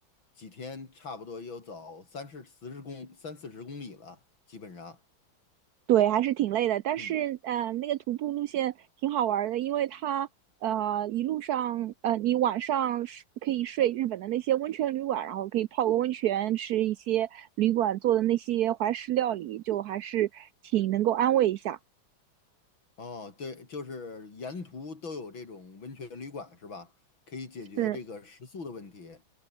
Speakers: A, on the left; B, on the right.
A: 几天差不多要走三十四十公三四十公里了，基本上。
B: 对，还是挺累的。但是嗯、
A: 嗯，
B: 呃那个徒步路线挺好玩儿的，因为它呃一路上呃你晚上是可以睡日本的那些温泉旅馆，然后可以泡个温泉，吃一些旅馆做的那些怀石料理，就还是挺能够安慰一下。
A: 哦，对，就是沿途都有这种温泉旅馆是吧？可以解决这个食宿的问题。
B: 是。